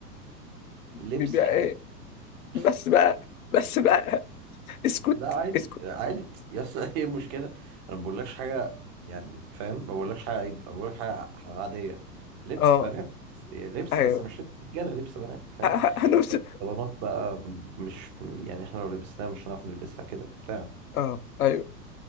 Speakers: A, on the right; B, on the left.
A: لبس
B: بيبيع
A: حريمي
B: ايه
A: <laughs>
B: بس بقى بس بقى اسكت
A: لا عادي
B: اسكت
A: عادي يا اسطى <laughs> ايه المشكله انا ما بقولكش حاجه يعني فاهم ما بقولكش حاجه عيب أنا بقولك حاجه عاديه لبس
B: اه
A: بنات إيه، لبس
B: ايوه
A: بس مش لبس رجاله لبس بنات
B: <laughs>
A: فاهم
B: ه- ه- هنوصل
A: طالما بقى مش يعني احنا لو لبسناها مش هنعرف نلبسها كده بتاع
B: اه ايوه